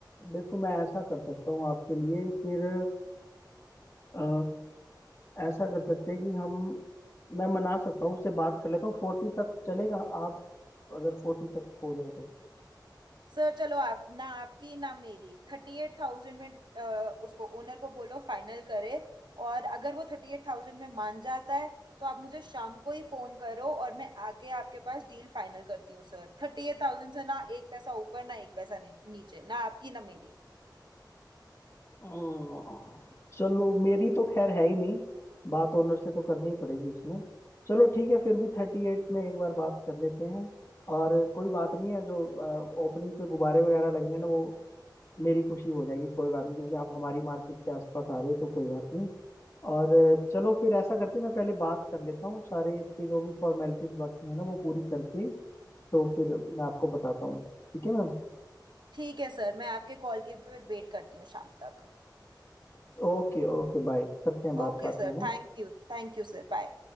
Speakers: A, on the left; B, on the right.
A: देखो मैं ऐसा कर सकता हूँ आपके लिए फिर अ, ऐसा कर सकते हैं कि हम मैं मना सकता हूँ उससे बात कर लेता हूँ फोर्टी तक चलेगा आप अगर फोर्टी तक हो जाए तो
B: सर चलो आप ना आपकी ना मेरी थर्टी एट थाउजेंड में अ, उसको ओनर को बोलो फाइनल करे और अगर वो थर्टी एट थाउजेंड में मान जाता है तो आप मुझे शाम को ही फोन करो और मैं आके आपके पास डील फाइनल करती हूँ सर थर्टी एट थाउजेंड से ना एक पैसा ऊपर ना एक पैसा नी- नीचे ना आपकी ना मेरी
A: हम्म, चलो मेरी तो खैर है ही नहीं बात ओनर से तो करनी ही पड़ेगी इसमें चलो ठीक है फिर भी थर्टी एट में एक बार बात कर लेते हैं और कोई बात नहीं है जो ओपनिंग पे गुब्बारे वगैरह लगने ना वो मेरी खुशी हो जाएगी कोई बात नहीं क्योंकि आप हमारी मार्केट के आसपास आ रहे हो तो कोई बात नहीं और अ, चलो फिर ऐसा करते हैं मैं पहले बात कर लेता हूँ सारे इसके जो भी फॉर्मेलिटीज बाकी है ना वो पूरी करके तो फिर मैं आपको बताता हूँ ठीक है मैम
B: ठीक है सर मैं आपके कॉल की फिर वेट करती हूँ शाम तक
A: ओके ओके बाय करते हैं बात
B: Okay
A: बात
B: sir
A: में
B: thank
A: ना
B: you thank you sir bye